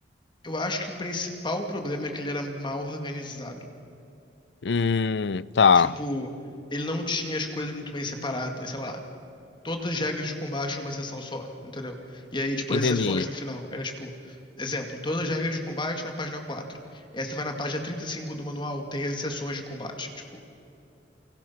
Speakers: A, on the left; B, on the left.
A: eu acho que o principal problema é que ele era mal organizado.
B: Hum, tá.
A: Tipo, ele não tinha as coisas muito bem separadas, sei lá. todas as regras de combate numa sessão só, entendeu? E aí, tipo,
B: Entendi.
A: as exceções no final. Era tipo, exemplo, todas as regras de combate na página quatro E aí você vai na página 35 do manual, tem as exceções de combate, tipo,